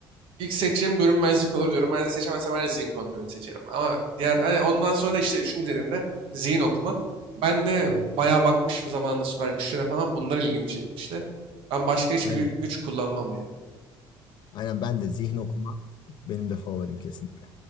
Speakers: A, on the right; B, on the left.
A: İlk seçeceğim görünmezlik olur. Görünmezliği seçemezsem ben de zihin kontrolünü seçerim. Ama diğer hani ondan sonra da işte üçüncü dediğimde zihin okuma. Ben de
B: evet.
A: bayağı bakmışım zamanında süper güçlere falan. Bunlar ilgimi çekmişti. Ben başka hiçbir
B: aynen.
A: gü- güç kullanmam ya.
B: Aynen ben de zihin okuma benim de favorim kesinlikle.